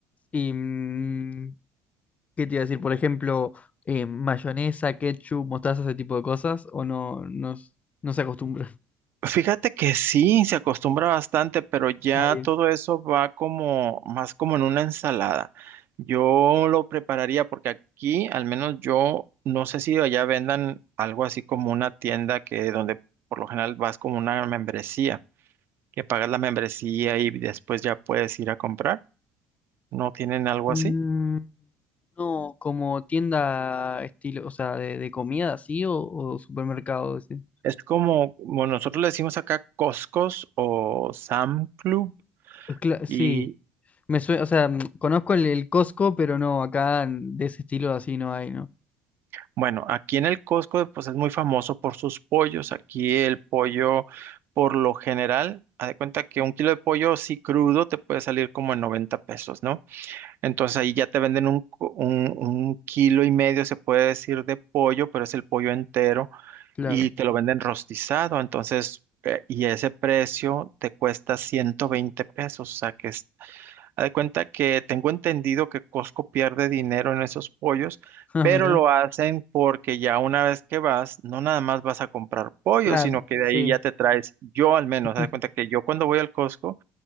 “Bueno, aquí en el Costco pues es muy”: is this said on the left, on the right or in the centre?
Right